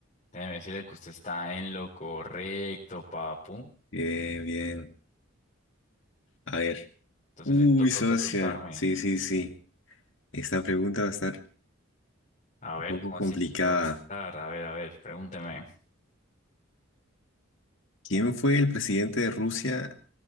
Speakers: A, on the left (about 35°); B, on the left (about 65°).
A: Déjeme decirle que usted está en lo correcto, papu.
B: Bien, bien. A ver.
A: Entonces
B: Uy,
A: le toca
B: socia.
A: a usted preguntarme.
B: Sí, sí, sí. Esta pregunta va a estar
A: A ver,
B: un poco
A: ¿cómo
B: complicada.
A: así que va a estar? A ver, a ver, pregúnteme.
B: ¿Quién fue el presidente de Rusia